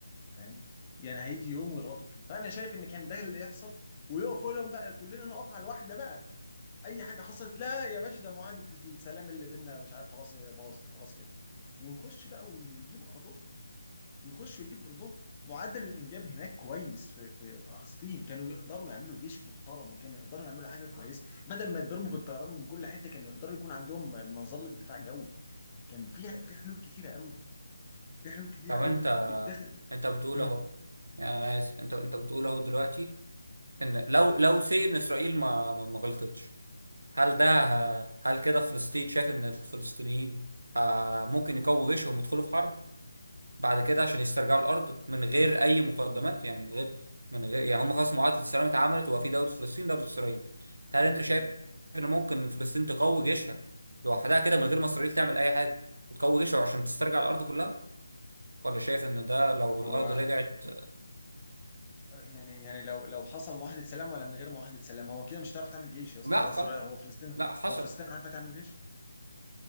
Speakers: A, on the left; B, on the right.
A: فاهم يعني هيجي يوم ويغلطوا فيه فانا شايف ان كان ده اللي يحصل ويقفوا لهم بقى كلنا نقف على الواحده بقى اي حاجه حصلت لا يا باشا ده معاهده السلام اللي بينا مش عارف خلاص هي باظت خلاص كده ونخش بقى وي- ويجيبوا ارضهم ويخشوا يجيبوا ارضهم معدل الانجاب هناك كويس في في في فلسطين كانوا يقدروا يعملوا جيش محترم وكانوا يقدروا يعملوا حاجه كويسه بدل ما يتضربوا بالطيران من كل حته كانوا يقدروا يكون عندهم مظله دفاع جوي كان في في حلول كتيره قوي في حلول كتيره
B: طب
A: قوي
B: انت
A: اتخذ
B: انت بتقول
A: مم.
B: اهو يعني انا اسف انت انت بتقول اهو دلوقتي ان لو لو سي ان اسرائيل ما ما ما غلطتش هل ده
A: حلو
B: هل كده فلسطين شايف ان الفلسطينيين آه، ممكن يقووا جيشهم ويدخلوا في حرب بعد كده عشان يسترجعوا الارض من غير اي مقدمات يعني من غير من غير يعني هم خلاص معاهده السلام اتعملت وبقى في دوله فلسطين دوله اسرائيل هل انت شايف
A: مم.
B: ان ممكن فلسطين تقوي جيشها لوحدها كده من غير ما اسرائيل تعمل اي حاجه وتقوي جيشها عشان تسترجع الارض كلها ولا شايف ان ده لو
A: هو
B: الارض رجعت
A: آه، يعني يعني لو لو حصل معاهدة سلام ولا من غير معاهدة سلام هو كده مش هتعرف تعمل جيش يا اسطى
B: لا
A: هو
B: خلاص
A: اسرائيل هو فلسطين
B: لا حصل
A: هو فلسطين عارفة تعمل جيش؟